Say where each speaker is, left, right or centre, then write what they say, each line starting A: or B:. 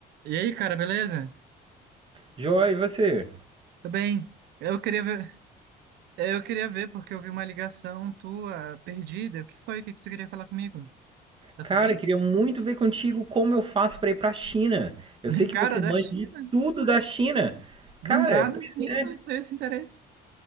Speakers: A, on the right; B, on the right.
A: E aí, cara, beleza?
B: Joy, e você?
A: Tudo bem? Eu queria ver, eu queria ver porque eu vi uma ligação tua perdida. O que foi? O que que tu queria falar comigo? Tá
B: Cara,
A: tudo bem?
B: eu queria muito ver contigo como eu faço pra ir pra China. Eu
A: <laughs>
B: sei que
A: Cara,
B: você
A: da
B: manja
A: China.
B: de tudo da China.
A: Do
B: Cara,
A: nada,
B: pois
A: sim,
B: é,
A: eu não sei esse interesse.